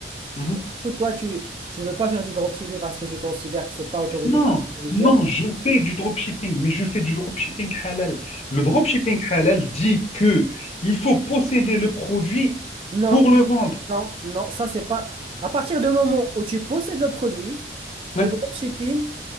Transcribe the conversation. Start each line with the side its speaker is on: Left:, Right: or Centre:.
Left: mhm.
Right: bon, du toi, tu ne veux pas faire du dropshipping parce que tu considères que c'est pas autorisé
Left: Non,
Right: par la religion.
Left: non, je fais du dropshipping, mais je fais du dropshipping halal. Le dropshipping halal dit que il faut posséder le produit
Right: Non,
Left: pour le vendre.
Right: Non, non, ça c'est pas. À partir du moment où tu possèdes le produit,
Left: Ouais.
Right: le dropshipping,